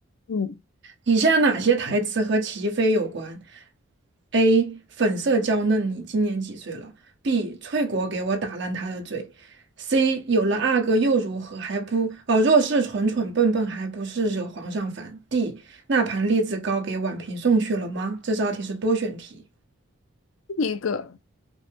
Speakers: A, on the left (about 65°); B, on the right (about 55°).
A: 嗯，
B: 以下哪些台词和齐飞有关？A. 粉色娇嫩，你今年几岁了？B. 翠果给我打烂他的嘴。C. 有了阿哥又如何？还不哦，若是蠢蠢笨笨，还不是惹皇上烦。D. 那盘栗子糕给婉嫔送去了吗？这道题是多选题。
A: 第一个，